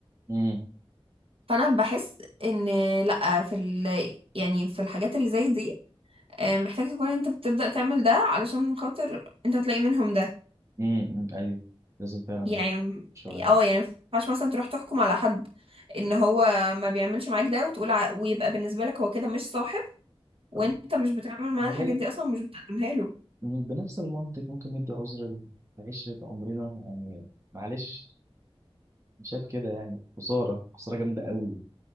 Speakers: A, on the right; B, on the right.
A: امم
B: فانا بحس ان لا في ال... يعني في الحاجات اللي زي دي آه، محتاج تكون انت بتبدأ تعمل ده علشان خاطر انت هتلاقي منهم ده
A: امم ايوه لازم فعلا
B: يعني
A: شويه
B: اه يعني ما ينفعش مثلا تروح تحكم على حد ان هو ما بيعملش معاك ده وتقول ع... ويبقى بالنسبة لك هو كده مش صاحب وانت
A: طب
B: مش بتعمل معاه
A: مجال
B: الحاجات دي اصلا مش بتقدمها له
A: مم، بنفس المنطق ممكن ندي عذر لعشرة عمرنا يعني معلش مش شايف كده يعني خسارة خسارة جامدة قوي